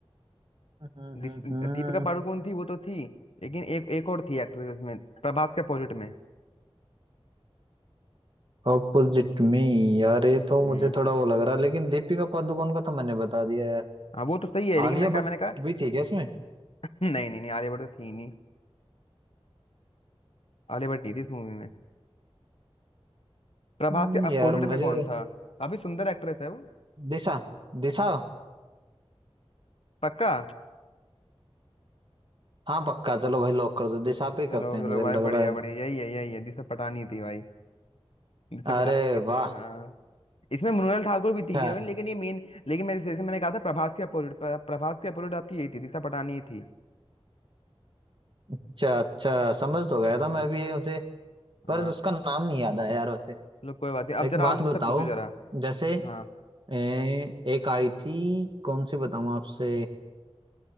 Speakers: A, on the right; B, on the left.
A: हम्म
B: दिश-
A: हम्म,
B: दीपिका
A: हम्म,
B: पादुकोण थी वो तो थी लेकिन एक एक और थी एक्ट्रेस में प्रभास के अपोजिट में
A: ऑपोजिट में यार ये तो
B: हम्म
A: मुझे थोड़ा वो लग रहा है लेकिन दीपिका पादुकोण का तो मैंने बता दिया यार
B: हाँ वो तो सही है लेकिन
A: आलिया
B: मैंने कहा
A: भट्ट
B: मैंने कहा
A: भी थी क्या इसमें
B: "हम्म, नहीं नहीं नहीं आलिया भट्ट तो थी नहीं आलिया भट्ट नहीं थी इस मूवी में प्रभास
A: हम्म,
B: के अपोजिट
A: यार मुझे
B: में कौन था काफी सुंदर एक्ट्रेस है वो
A: दिशा दिशा
B: पक्का
A: हाँ पक्का चलो भाई लॉक कर दो दिशा पे करते
B: चलो
A: हैं
B: चलो
A: मुझे
B: भाई
A: लग
B: बढ़िया
A: रहा है
B: बढ़िया यही है यही है दिशा पटानी थी भाई दिशा पटानी
A: अरे
B: भी
A: वाह
B: थी हाँ इसमें मृणाल ठाकुर भी थी
A: अच्छा
B: हीरोइन लेकिन ये मेन लेकिन मैं जैसे मैंने कहा था प्रभास के अपोजिट प्रभास के अपोजिट आपकी यही थी दिशा पटानी ही थी
A: अच्छा अच्छा समझ तो गया
B: हाँ
A: था मैं भी ये उसे
B: हाँ
A: पर उसका नाम नहीं याद आया यार वैसे
B: चलो कोई बात नहीं अब
A: एक
B: जरा
A: बात
B: आप मुझसे
A: बताओ
B: पूछो जरा
A: जैसे
B: हाँ
A: ए, एक आई थी कौन सी बताऊं आपसे